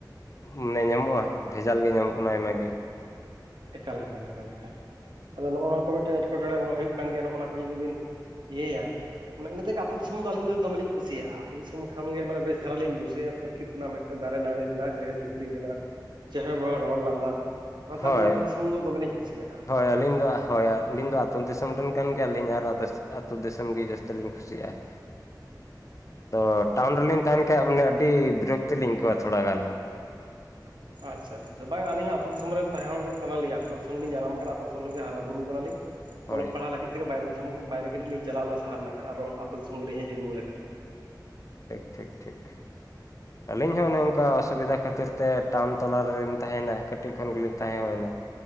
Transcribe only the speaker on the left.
ᱢᱟᱱᱮ ᱧᱟᱢᱚᱜᱼᱟ ᱾ ᱡᱟᱞ ᱜᱮ ᱧᱟᱢᱚᱜ ᱠᱟᱱᱟ ᱟᱭᱢᱟ ᱜᱮᱻ
ᱦᱳᱭ
ᱦᱳᱭ ᱟᱹᱞᱤᱧ ᱫᱚ ᱦᱳᱭ ᱟᱹᱞᱤᱧ ᱫᱚ ᱟᱹᱛᱩᱳ ᱫᱤᱥᱚᱢ ᱨᱮᱱ ᱠᱟᱱ ᱜᱮᱭᱟᱞᱤᱧ ᱟᱨ <unintelligible> ᱟᱹᱛᱩ ᱫᱤᱥᱚᱢ ᱜᱮ ᱡᱟᱹᱥᱛᱤ ᱫᱚᱧ ᱠᱩᱥᱤᱭᱟᱜᱼᱟ ᱟᱫᱚ ᱴᱟᱣᱩᱱ ᱨᱮᱞᱤᱧ ᱛᱟᱦᱮᱱ ᱠᱷᱟᱱ ᱢᱟᱱᱮ ᱟᱹᱰᱤ ᱵᱤᱨᱚᱠᱛᱤ ᱞᱤᱧ ᱟᱹᱭᱠᱟᱹᱣᱟ ᱛᱷᱚᱲᱟ ᱜᱟᱱ
ᱦᱳᱭ᱾
ᱴᱷᱤᱠᱻ ᱴᱷᱤᱠᱻ ᱴᱷᱤᱠ ᱾ ᱟᱹᱞᱤᱧ ᱦᱚᱸ ᱚᱱᱮ ᱚᱱᱠᱟ ᱚᱥᱩᱵᱤᱫᱟ ᱠᱷᱟᱹᱛᱤᱨ ᱛᱮ ᱴᱟᱣᱩᱱ ᱛᱟᱞᱟ ᱨᱮᱞᱤᱧ ᱛᱟᱦᱮᱭᱮᱱᱟ ᱠᱟᱹᱴᱤᱡ ᱠᱷᱚᱱ ᱜᱮᱞᱤᱧ ᱛᱟᱦᱮᱸ ᱦᱩᱭᱮᱱᱟ ᱾